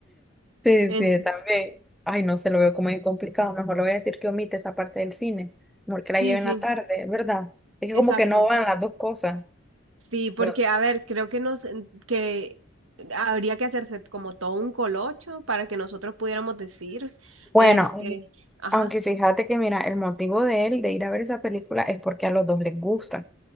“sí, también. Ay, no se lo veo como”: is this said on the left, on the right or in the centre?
Centre